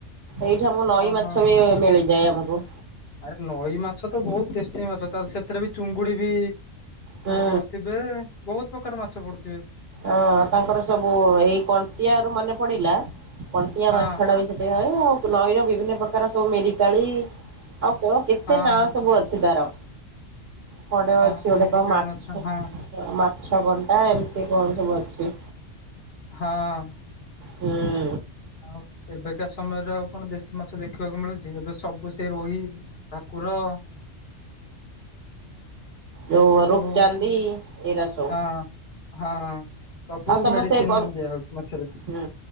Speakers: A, on the right; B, on the left.
A: ଏଇଠି ଆମକୁ ନଈ
B: ଓହୋ।
A: ମାଛ ବି ମିଳିଯାଏ ଆମକୁ।
B: ଆରେ ନଈ ମାଛ ତ ବୋହୁତ ଟେଷ୍ଟି ମାଛ ତାହେଲେ ସେ ଏଥିରେ ବି ଅଁ ଚୁଙ୍ଗୁଡି ବି
A: ହୁଁ।
B: ପଡୁଥିବେ ବୋହୁତ ପ୍ରକାର ମାଛ ପଡୁଥିବେ।
A: ଅଁ ତାଙ୍କର ସବୁ ଏଇ କଣ୍ଟିଆରୁ ମନେ ପଡିଲା କଣ୍ଟିଆ
B: ହଁ
A: ମାଛଟା ବି ସେଠି ଥାଏ ଆଉ ନଈର ବିଭିନ୍ନ ପ୍ରକାର ସବୁ ମେରିକାଳି ଆଉ କଣ କେତେ
B: ହଁ
A: ନାଁ
B: ହଁ।
A: ସବୁ ଅଛି ତାର କଣ୍ଟେ ଅଛି
B: ହଁ ହଁ
A: ଗୋଟେ
B: ମିରିକାଳି
A: କଣ ମାଛ
B: ହଁ
A: ମାଛ କଣ୍ଟା ଏମିତି କଣ ସବୁ ଅଛି।
B: ହଁ।
A: ହୁଁ।
B: ଆଉ ଏବେକା ସମୟରେ ଆଉ କଣ ବେଶୀ ମାଛ ଦେଖିବାକୁ ମିଳୁଛି ଏବେ ସବୁ ସେ ରୋହି ଭାକୁର
A: ଯଉ
B: ଏମିତି ସବୁ
A: ରୁଖଚାନ୍ଦି ଏରା ସଉ।
B: ହଁ ହଁ, ସବୁ
A: ତମ
B: ମେଡିସିନ
A: ସେ ପ
B: ଦିଆ ହଉଛି ମାଛରେ।
A: ହୁଁ